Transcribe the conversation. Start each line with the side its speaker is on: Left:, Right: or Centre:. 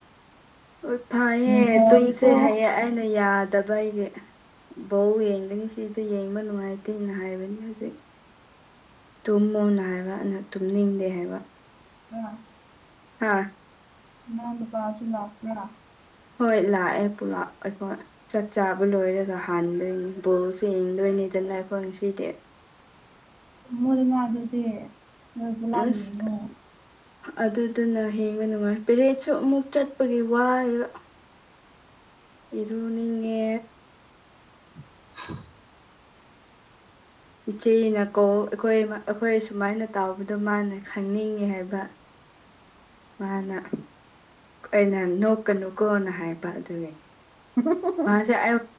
Left: ꯍꯣꯏ ꯐꯩꯌꯦ
Right: ꯅꯨꯡꯉꯥꯏꯀꯣ
Left: ꯇꯨꯝꯁꯦ ꯍꯌꯦ ꯑꯩꯅ ꯌꯥꯗꯕ ꯑꯩꯒꯤ ꯕꯧ ꯌꯦꯡꯒꯅꯤ ꯁꯤꯗ ꯌꯦꯡꯕ ꯅꯨꯡꯉꯥꯏꯇꯦꯅ ꯍꯥꯏꯕꯅꯦ ꯍꯧꯖꯤꯛ ꯇꯨꯝꯃꯣꯅ ꯍꯥꯏꯕ ꯅ ꯇꯨꯝꯅꯤꯡꯗꯦ ꯍꯥꯏꯕ
Right: ꯑ
Left: ꯍꯥꯥ
Right: ꯃ ꯄꯥꯁꯨ ꯂꯥꯛꯥ
Left: ꯍꯣꯏ ꯂꯥꯛꯑꯦ ꯄꯨꯂꯞ ꯑꯩꯈꯣꯏ ꯆꯥꯛ ꯆꯥꯕ ꯂꯣꯏꯔꯒ ꯍꯥꯟꯗꯣꯏꯅꯤ ꯕꯣꯜꯁꯦ ꯌꯦꯡꯗꯣꯏꯅꯤꯗꯅ ꯑꯩꯈꯣꯏ ꯉꯁꯤꯗꯤ <unintelligible>
Right: ꯃ ꯑꯗꯨꯅ ꯑꯗꯨꯗꯤ ꯅꯣꯏ ꯄꯨꯂꯞ
Left: ꯑꯁ
Right: ꯌꯦꯡꯉꯣ
Left: ꯑꯗꯨꯗꯨꯅ ꯍꯦꯡꯕ ꯅꯨꯡꯉꯥꯏ ꯄꯦꯔꯦꯠꯁꯨ ꯑꯃꯨꯛ ꯆꯠꯄꯒꯤ ꯋꯥꯏꯕ ꯏꯔꯨꯅꯤꯡꯉꯦ
Right: <unintelligible>
Left: ꯏꯆꯦꯅꯀꯧ ꯑꯩꯈꯣꯏ ꯑꯩꯈꯣꯏ ꯁꯨꯃꯥꯏꯅ ꯇꯥꯎꯕꯗꯣ ꯃꯥꯅ ꯈꯪꯅꯤꯡꯉꯤ ꯍꯥꯏꯕ ꯃꯥꯅ ꯑꯩꯅ ꯅꯣꯛꯀꯅꯨꯀꯣꯅ ꯍꯥꯏꯕ ꯑꯗꯨꯒꯤ
Right: <unintelligible>
Left: ꯁꯤ ꯑꯩ